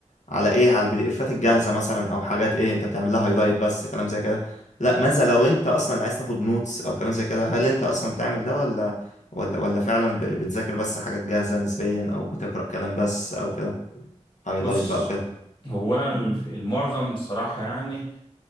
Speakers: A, on the left (about 75°); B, on the left (about 40°).
A: على ايه على البي دي افات الجاهزة مثلا او حاجات ايه انت بتعمل لها هايلايت بس كلام زي كده لا ماذا لو انت اصلا اللي عايز تاخد نوتس او كلام زي كده هل انت اصلا بتعمل ده ولا ولا ولا فعلا ب- بتذاكر بس حاجات جاهزة نسبيا او بتقرأ كلام بس او كده هايلايت
B: بص
A: بقى وكده
B: هو انا الف- المعظم صراحه يعني